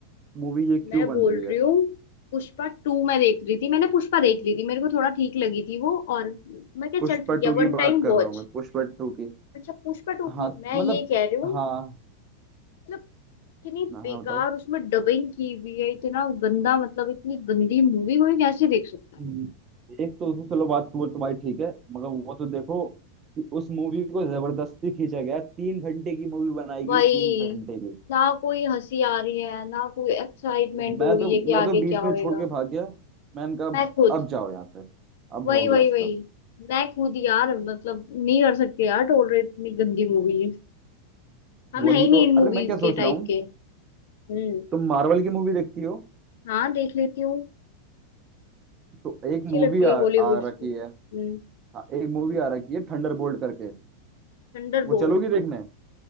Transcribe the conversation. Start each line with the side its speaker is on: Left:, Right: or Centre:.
Right: मूवी
Left: <laughs>
Right: ये क्यों
Left: मैं
Right: बन
Left: बोल
Right: रही है
Left: रही हूँ पुष्पा टू मैं देख रही थी मैंने पुष्पा देख ली थी मेरे को थोड़ा ठीक लगी थी वो और मैं क्या
Right: पुष्पा
Left: चल ठीक है
Right: टू की
Left: वन टाइम
Right: बात कर
Left: वॉच
Right: रहा हूँ मैं पुष्पा टू की
Left: अच्छा पुष्पा टू
Right: हाँ
Left: की मैं
Right: मतलब
Left: ये कह रही हूँ
Right: हाँ
Left: मतलब इतनी
Right: हाँ
Left: बेकार
Right: हाँ, बताओ
Left: उसमें डबिंग की हुई है इतना गंदा मतलब इतनी गंदी मूवी कोई कैसे देख सकता है?
Right: हम्म, एक तो तो चलो बात वो तुम्हारी ठीक है मगर वो तो देखो कि उस मूवी को जबरदस्ती खींचा गया तीन घंटे की मूवी बनाई गई
Left: वही
Right: है, तीन घंटे की
Left: ना कोई हंसी आ रही है ना कोई एक्साइटमेंट
Right: मैं
Left: हो रही
Right: तो
Left: है कि
Right: मैं
Left: आगे
Right: तो बीच
Left: क्या होएगा
Right: में छोड़ के भाग गया मैंने कहा
Left: मैं खुद
Right: अब जाओ यहाँ से अब
Left: वही
Right: हो गया
Left: वही
Right: इसका
Left: वही मैं खुद यार मतलब नहीं कर सकते यार टोलरेट इतनी गंदी मूवीज हम
Right: वही
Left: है ही नहीं
Right: तो
Left: इन मूवीज
Right: अरे मैं क्या
Left: के
Right: सोच रहा
Left: टाइप
Right: हूँ
Left: के हम्म
Right: तुम मार्वल की मूवी देखती हो
Left: हाँ देख लेती हूँ
Right: तो एक
Left: अच्छी
Right: मूवी
Left: लगती
Right: आ,
Left: है हॉलीवुड
Right: आ
Left: की
Right: रखी है
Left: हम्म
Right: हाँ, एक मूवी आ रखी है थंडरबोल्ट करके
Left: थंडरबोल्ट
Right: वो चलोगी देखने